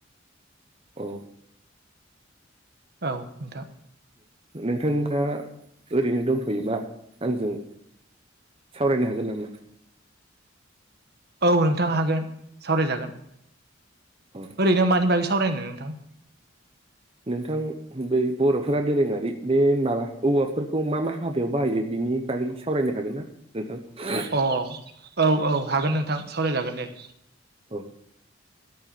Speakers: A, on the right; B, on the right.
A: अ
B: औ नोंथां
A: नोंथांङा ओरैनो दंथ'योबा आंजों सावरायनो हागोन नामा
B: औ नोंथां हागोन सावरायजागोन
A: अ
B: ओरैनो मानि बागै सावरायनो नोंथां
A: नोंथां बे बर'फोरा दोरोङारि बे माबा औवाफोरखौ मा मा हाबायाव बाहायो बिनि बागै सावरायनो हागोन ना नोंथां
B: अ औ औ हागोन नोंथां सावरायजागोन दे
A: औ